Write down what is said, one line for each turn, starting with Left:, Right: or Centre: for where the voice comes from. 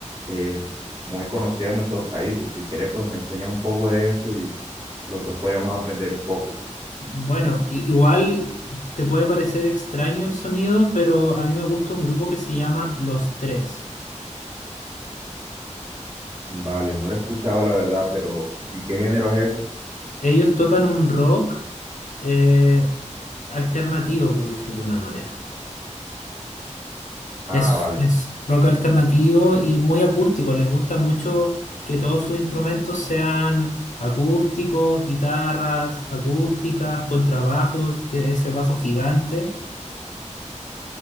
Right: eh, muy conocida en nuestros países. Si quieres, pues me enseñas un poco de eso y los dos podríamos aprender un poco.
Left: Bueno, i- igual te puede parecer extraño el sonido, pero a mí me gusta un grupo que se llama Los Tres.
Right: Vale, no lo he escuchado, la verdad, pero ¿y qué género es ese?
Left: Ellos tocan un rock eh, alternativo, por decir de una manera.
Right: Ah,
Left: Es,
Right: vale.
Left: es rock alternativo y muy acústico. Les gusta mucho que todos sus instrumentos sean acústicos, guitarras acústicas, contrabajos, que ese bajo gigante.